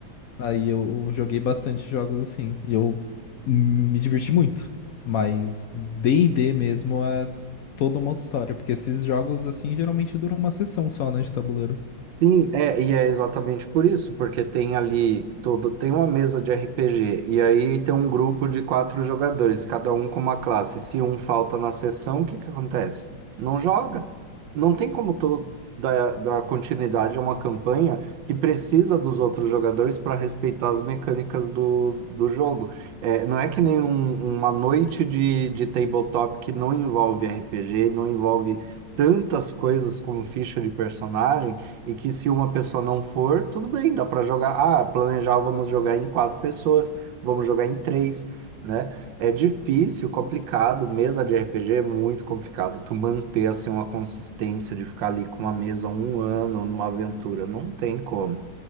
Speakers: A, on the left (about 70°); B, on the right (about 75°).
A: Aí eu joguei bastante jogos assim, e eu me diverti muito. Mas D&D mesmo é toda uma outra história, porque esses jogos assim geralmente duram uma sessão só, né, de tabuleiro.
B: Sim, é, e é exatamente por isso, porque tem ali todo, tem uma mesa de RPG, e aí tem um grupo de quatro jogadores, cada um com uma classe. Se um falta na sessão, o que que acontece? Não joga. Não tem como tu dar, dar continuidade a uma campanha que precisa dos outros jogadores para respeitar as mecânicas do, do jogo. É, não é que nem um- uma noite de, de tabletop que não envolve RPG, não envolve tantas coisas como ficha de personagem e que se uma pessoa não for, tudo bem, dá para jogar. Ah, planejar, vamos jogar em quatro pessoas, vamos jogar em três, né? É difícil, complicado. Mesa de RPG é muito complicado. Tu manter assim uma consistência de ficar ali com uma mesa um ano numa aventura, não tem como.